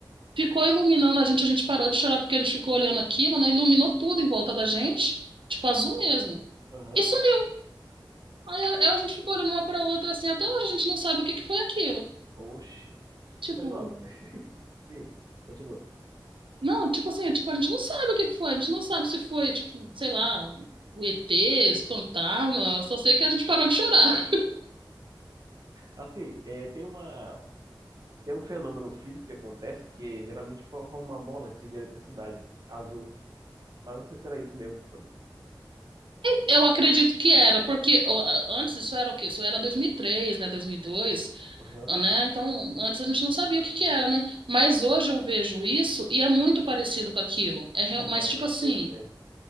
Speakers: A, on the right (about 85°); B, on the right (about 50°).
A: ficou iluminando a gente. A gente parou de chorar porque a gente ficou olhando aquilo, né? Iluminou tudo em volta da gente, tipo, azul mesmo.
B: Aham.
A: E sumiu. Aí a, a gente ficou olhando uma pra outra assim, até hoje a gente não sabe o que que foi aquilo.
B: Oxe.
A: Tipo,
B: Mas, ó, <laughs> sim, continua.
A: não, tipo assim, tipo, a gente não sabe o que que foi, a gente não sabe se foi, tipo, sei lá, o ET, esse fantasma, eu só sei que a gente parou de chorar.
B: Assim, é, tem uma, tem um fenômeno físico que acontece que geralmente fo- forma uma bola assim, de eletricidade azul. Mas não sei se era isso mesmo. sabe?
A: Eu acredito que era, porque ó, antes isso era o quê? Isso era 2003, né, 2002,
B: Aham,
A: né? Então, antes a gente não sabia o que que era, né? Mas hoje eu vejo isso e é muito parecido com aquilo. É, real-
B: aham,
A: mas tipo assim,
B: sei, sei.